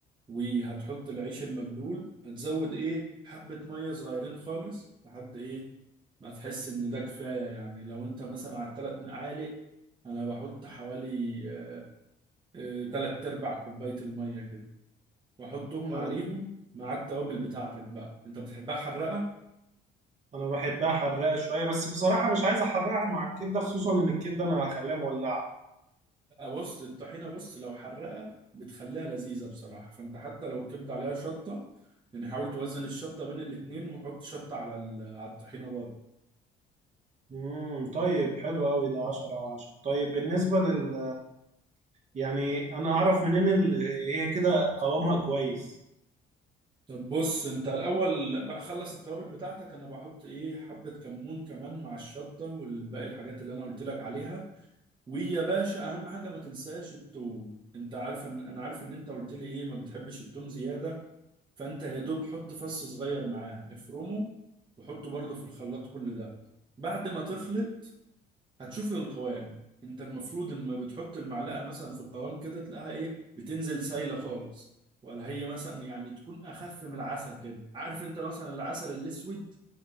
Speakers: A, on the right (about 25°); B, on the right (about 40°).
A: وهتحط العيش المبلول هتزود ايه حبة مية صغيرين خالص لحد ايه ما تحس ان ده كفاية يعني لو انت مثلا على التلات مقالق انا بحط حوالي آه، آه، تلات ارباع كوباية المية كده واحطهم
B: لا
A: عليهم
B: لا
A: مع التوابل بتاعتك بقى انت بتحبها حراقة
B: انا بحبها حراقه شويه بس بصراحه مش عايز احرقها مع الكبده خصوصا ان الكبده انا هخليها مولعه
A: آه، بص الطحينة بص لو حرقة بتخليها لذيذة بصراحة فانت حتى لو الكبدة عليها شطة يعني حاول توزن الشطة بين الاتنين وحط شطة على ال- على الطحينة برضه
B: امم طيب حلو قوي ده 10 على 10 طيب بالنسبه لل يعني انا اعرف منين ال- هي كده قوامها كويس
A: طب بص انت الاول بقى خلص التوابل بتاعتك انا بحط ايه حبة كمون كمان مع الشطة والباقي الحاجات اللي انا قلت لك عليها ويا باشا اهم حاجة ما تنساش التوم انت عارف ان انا عارف ان انت قلت لي ايه ما بتحبش التوم زيادة فانت يا دوب حط فص صغير معاها افرمه وحطه برضه في الخلاط كل ده بعد ما تخلط هتشوف القوام انت المفروض اما بتحط المعلقه مثلا في القوام كده تلاقيها ايه بتنزل سايله خالص ولا هي مثلا يعني تكون اخف من العسل كده عارف انت مثلا العسل الاسود